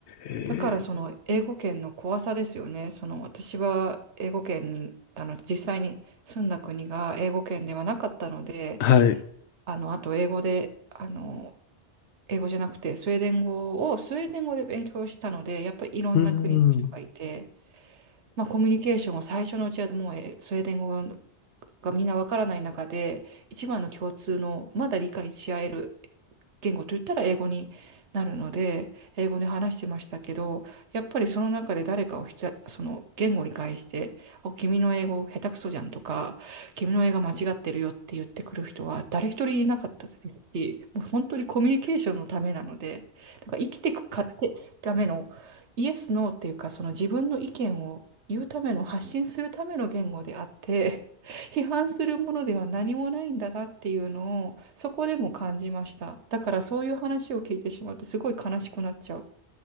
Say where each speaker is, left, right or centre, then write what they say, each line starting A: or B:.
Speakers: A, on the left; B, on the right.
A: えー、
B: だからその英語圏の怖さですよね。その私は英語圏に、あの実際に住んだ国が英語圏ではなかったので、
A: はい。う
B: あの、あと英語で、あの、英語じゃなくてスウェーデン語をスウェーデン語で勉強したので、やっぱりいろんな国の人がいて、
A: ーん。
B: まあ、コミュニケーションは最初のうちはもうえスウェーデン語がみんなわからない中で、一番の共通のまだ理解し合える言語といったら英語になるので、英語で話してましたけど、やっぱりその中で誰かをひた、その言語に返して、お、君の英語下手くそじゃんとか、君の英語間違ってるよって言ってくる人は誰一人いなかったですし、もう本当にコミュニケーションのためなので、なんか生きていくかってためのイエス、ノーっていうか、その自分の意見を言うための、発信するための言語であって、<laughs> 批判するものでは何もないんだなっていうのを、そこでも感じました。だからそういう話を聞いてしまうと、すごい悲しくなっちゃう。